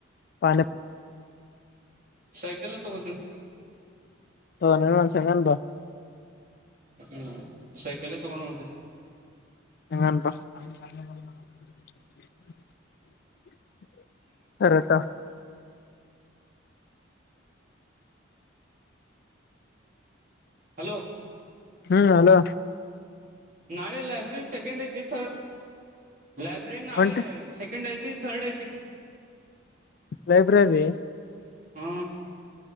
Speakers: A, on the left; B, on the right.
A: ಪಾನಿ
B: ಸೈಕಲ್ಯೇ ತಕೋತೀನಿ
A: ಒಂದು ಸೆಕೆಂಡ್ ಬಾ
B: ಹ್ಮ್ ಸೈಕಲ್ ತಗೊಂಡ್ ಹೊಂಟೇನಿ
A: ಏನೆನು ಪಾ <unintelligible> ಕರೆಕ್ಟ್
B: ಹಲೋ
A: ಹಾ ಹ ಲೋ
B: ನಾಳೆ ಲೈಬ್ರರಿ ಸೆಕೆಂಡ್ ಐತಿ ಥರ್ಡ್ ಲೈಬ್ರರಿ ನಾಳೆ
A: ಹೊಂಟಿ
B: ಸೆಕೆಂಡ್ ಐತಿ ಥರ್ಡ್ ಐತಿ
A: ಲೈಬ್ರರಿ
B: ಹಾ